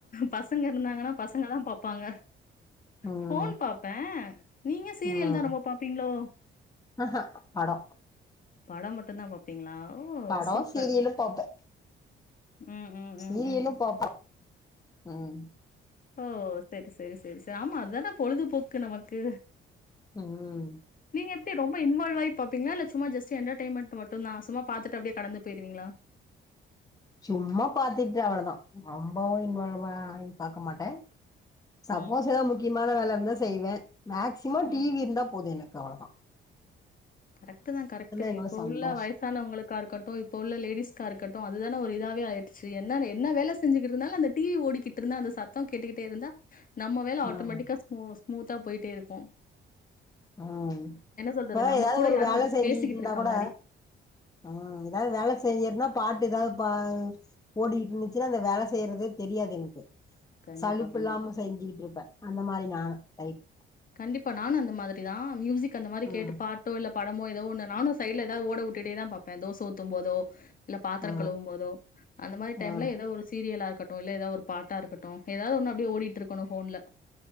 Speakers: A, on the left; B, on the left.
A: பசங்க இருந்தாங்கன்னா பசங்க தா பாப்பாங்க
B: ம்
A: ஃபோன் பாப் நீங்க சீரியல்
B: ம்
A: தான் ரொம்ப பாப்பீங்களோ
B: ஆஹா படோ
A: படம் மட்டு்ந்தா பாப் அப்டீங்களா ஓ
B: படோ
A: சூப்பர்
B: சீரியலு பாப்பே
A: ம் ம் ம்
B: சீரியலு
A: ம்
B: பாப்பே ம்
A: ஓ சேரி சேரி சேரி சேரி ஆமா அதான பொழுதுபோக்கு நமக்கு
B: ம்
A: நீங்க எப்டி ரொம்ப இன்வால்வாய் பாப்பீங்களா இல்ல சும்மா ஜஸ்ட் என்டர்டைன்மெண்ட் மட்டும்தா சும்மா பாத்துட்டு அப்டே கடந்து போயிடுவீங்களா
B: சும்மா பாத்துட்டு அவ்வளதான் ரொம்பவு இன்வால்வா ஆய் பாக்க மாட்டே சப்போஸ்
A: ம்
B: எதாவது முக்கியமான வேல இருந்தா செய்வே மேக்சிமம் டிவி
A: ம்
B: இருந்தா போது எனக்கு அவ்வளதான்
A: கரெக்ட்தா கரெக்ட்டு
B: என்னோட
A: இப்ப
B: சந்தோஷோ
A: உள்ள வயசு வயசானங்களுக்கா இருக்கட்டு இப்ப உள்ள லேடிஸ்கா இருக்கட்டு அதுதான ஒரு இதாவே ஆய்டு சி என்ன என்னா வேலை செஞ்சுட்டு இருந்தாலு அந்த டிவி ஓடிக்கிட்டு இருந்தா அந்த சத்தம் கேட்டுக்கிட்டே இருந்தா நம்ம வேலை ஆட்டோமேட்டிக்கா
B: ம்
A: ஸ்மூ ஸ்மூத்தா போய்ட்டே இருக்கு
B: ம்
A: சொல்றது?
B: அதா
A: நம்ம
B: எதாது
A: கூட
B: ஒரு
A: யாரோ
B: வேல
A: இரு
B: செஞ்சுகிட்டிருந்தா
A: பேசிக்கிட்டு இருக்க
B: கூட
A: மாரி.
B: ஆ எதாது வேல செஞ்சிருந்தா பாட்டு எதாது பா ஓடிகிட்ருந்துச்சுனா அந்த வேல செய்யறதே தெரியாது எனக்கு
A: கண்டிப்பா,
B: சலுப்புல்லாம
A: கண்டிப்பா.
B: செஞ்சிகிட்ருப்ப அந்த மாரி நா டைப்
A: கண்டிப்பா நானு அந்த மாதிரிதா மியூசிக் அந்த மாரி கேட்டு
B: ம்
A: பா ட்டோ இல்ல படமோ எதோ ஒன்னு நானு சைடுல எதா ஓட உட்டுட்டேதா பாப்ப தோச ஊத்தும் போதோ இல்ல பாத்துரோ
B: ஆ
A: கழுவும் போதோ அந்த மாரி டைம்ல
B: ஆ
A: எதோ ஒரு சீரியலா இருக்கட்டு இல்ல எதோ ஒரு பாட்டா இருக்கட்டு எதாவ்து ஒன்னு அப்டே ஓடிட்டிருக்கனு ஃபோன்ல